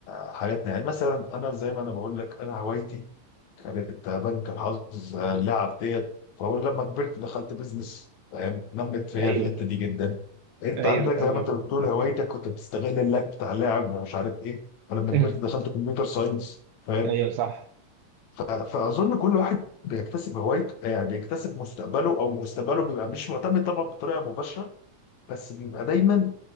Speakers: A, on the left; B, on the right.
A: آه، حاجاتنا يعني مثلا انا زي ما انا بقول لك انا هوايتي كانت آه، بنك الحظ آه، اللعب ديت فهو لما كبرت دخلت بيزنس فاهم نمت فيا
B: ايوه
A: الحته دي جدا انت
B: ايوه
A: عندك
B: ايوه
A: زي ما انت بتقول هوايتك كنت بتستغل اللعب بتاع اللعب ومش عارف ايه فلما
B: <laughs>
A: كبرت دخلت كمبيوتر ساينس فاهم
B: ايوه صح
A: ف- فاظن كل واحد بيكتسب هوايته يعني بيكتسب مستقبله او مستقبله بيبقى مش معتمد طبعا بطريقه مباشره بس بيبقى دايما